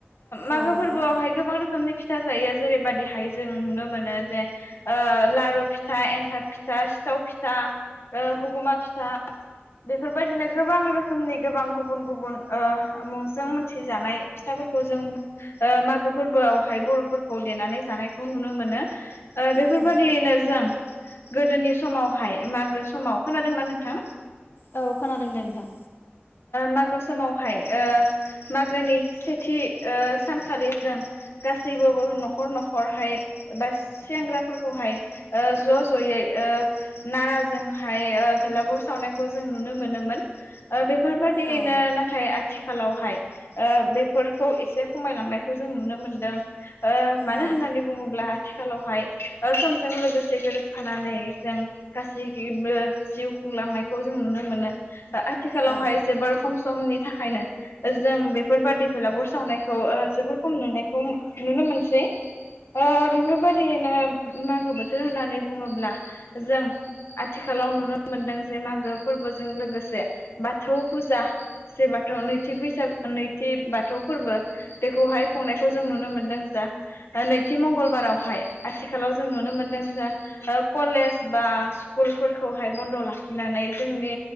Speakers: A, on the left; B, on the left.
A: मागो
B: औ नंगौ
A: फोरबोआवहाय गोबां रोखोमनि फिथा जायो जेरैबायदिहाय जों नुनो मोनो जे लारु फिथा एन्थाब फिथा। सिथाव फिथा हगुमा फिथा। बेफोरबायदिनो गोबां रोखोमनि गोबां गुबुन गुबुन मुंजों मिथिजानाय फिथा। जों मागो फोरबोआवहाय बर'फोरखौ देनानै जानायखौ नुनो मोनो। बेफोरबायदियैनो
B: औ
A: जों गोदोनि समावहाय मागो समाव खोनादोंना नोंथां?
B: औ खोनादों दे नोंथां।
A: मागो समावहाय मागोनि सेथि सानखालि जों गासैबो न'खर न'खरहाय बा सेंग्राफोरखौहाय ज' ज'यै नाराजोंहाय भेलागुर सावनायखौ जों नुनो मोनोमोन। बेफोरबायाददियैनो
B: औ
A: नाथाय आथिखा खालावहाय ओ बेफोरखौ एसे खमायलांनायखौ जों नुनो मोनदों मानो
B: औ
A: होना नानै बुङोब्ला आथिखालावहाय समजों लोगोसे गोरोबफानानै जों गासै बो जिउ खुंलांनायखौ जों नुनो मोनो
B: औ
A: हाय जबार खम समनि थाखायनो जों बेफोरबादि फलागुर सावनायखौ जोबोर खम नुनायखौ नुनो मोनसै ओ बेफोरबायदिनो मागो बोथोर होननानै बुङोब्ला जों आथिखालाव नुनो मोनदों जे मागो फोरबो जों लोगोसे बाथौ फुजा बाथौ नैथि बैसागो नैथि बाथौ फोरबो बेखौहाय खुंनायखौ जों नुनो मोनदों जा नैथि मंगलबारावहाय आथिखालाव जों नुनो मोनदों जा कलेज बा स्कुलफोरखौहाय बन्द लाखिनानै जोंनि